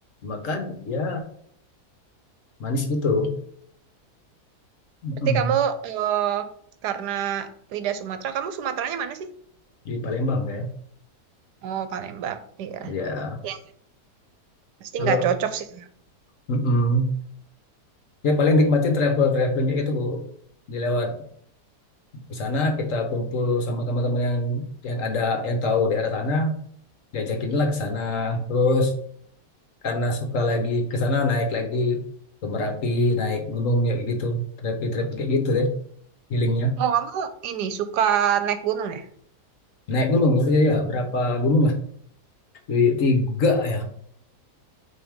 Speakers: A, on the left (about 55°); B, on the right (about 80°).
A: makan ya manis gitu Mm-mm.
B: Berarti kamu eh, karena lidah Sumatera, kamu Sumateranya mana sih?
A: di Palembang kayak
B: Oh, Palembang. Iya.
A: ya
B: Ya, pasti
A: kalau
B: nggak cocok sih.
A: mm-mm. ya paling nikmatin travel travelingnya gitu Bu. di lewat ke sana kita kumpul sama teman-teman yang yang ada yang tahu daerah sana diajakin lah ke sana terus karena suka lagi ke sana naik lagi ke Merapi naik gunung ya gitu trekking trekking kayak gitu deh healingnya
B: Oh, kamu ini suka naik gunung ya?
A: naik gunung itu ya berapa gunung lah di tiga ya